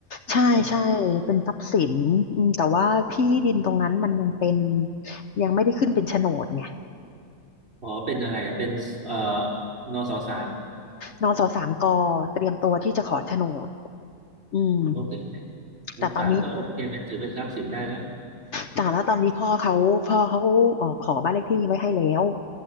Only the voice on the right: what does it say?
ก็
ขอเป็นอะไรอะเป็นเอ่อนสสาม
โอเคมกสามก็โอเคเป็นถือเป็นทรัพย์สินได้แล้ว